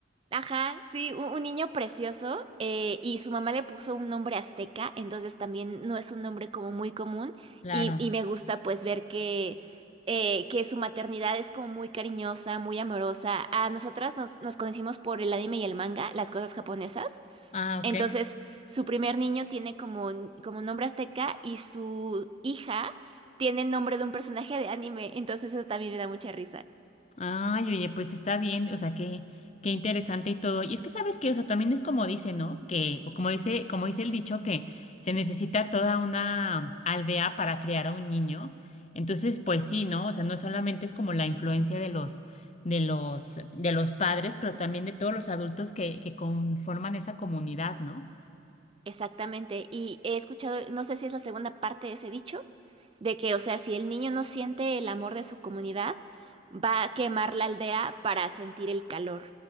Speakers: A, on the right; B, on the left.
A: Ajá, sí, un, un niño precioso. eh, y su mamá le puso un nombre azteca, entonces también no es un nombre como muy común.
B: Claro.
A: Y, y me gusta pues ver que, eh, que su maternidad es como muy cariñosa, muy amorosa. A nosotras nos, nos conocimos por el anime y el manga, las cosas japonesas.
B: Ah,
A: Entonces,
B: ok.
A: su primer niño tiene como, como nombre azteca y su hija tiene el nombre de un personaje de anime. Entonces, eso también me da mucha risa.
B: Ay, oye, pues está bien, o sea, qué, qué interesante y todo. Y es que sabes que, o sea, también es como dice, ¿no? Que, o como dice, como dice el dicho, que se necesita toda una aldea para criar a un niño. Entonces, pues sí, ¿no? O sea, no solamente es como la influencia de los, de los, de los padres, pero también de todos los adultos que, que conforman esa comunidad, ¿no?
A: Exactamente, y he escuchado, no sé si es la segunda parte de ese dicho, de que, o sea, si el niño no siente el amor de su comunidad, va a quemar la aldea para sentir el calor.